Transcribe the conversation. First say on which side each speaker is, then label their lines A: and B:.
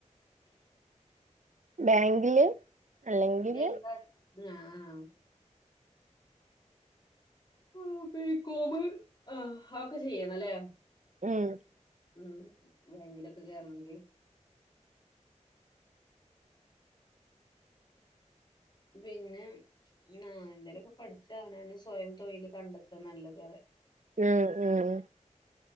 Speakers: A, on the right; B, on the left.
A: ബാങ്കില് അല്ലെങ്കില്
B: എന്താ ആ ആ ആ ബി. കോമ് ആ ഒക്ചെ ചെയ്യണലേ
A: ഉം
B: ഉം ബാങ്കിലൊക്കൊ കേർണങ്കി പിന്നെ ആ എന്തേലൊക്കെ പഠിച്ച് അവനാന് സ്വയം തൊഴില് കണ്ടെത്താ നല്ലതറ്യ
A: ഉം ഉം